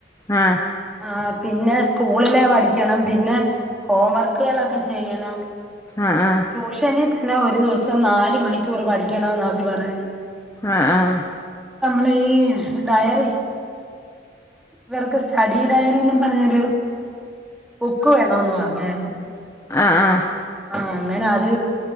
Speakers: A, on the left (about 20°); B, in the centre.
A: ആഹ
B: ആ പിന്നെ സ്കൂളില് പഠിക്കണം പിന്നെ ഹോം വർക്കുകളൊക്കെ ചെയ്യണം
A: ആഹ് ആഹ്
B: ടൂഷ നിത് എന്നാ ഒരു ദിവസം നാല് മണിക്കൂർ പഠിക്കണെന്ന് അവര് പറയ്ണ്
A: ആഹ ആഹ
B: ളെ ഈ ഡയറി വർക്ക് സ്റ്റഡി ഡയറി പറഞ്ഞൊരു ബുക്ക് വേണന്ന് പറഞ്ഞായിരുന്നു.
A: ആഹ് ആഹ്
B: ആ അങ്ങനെ അത്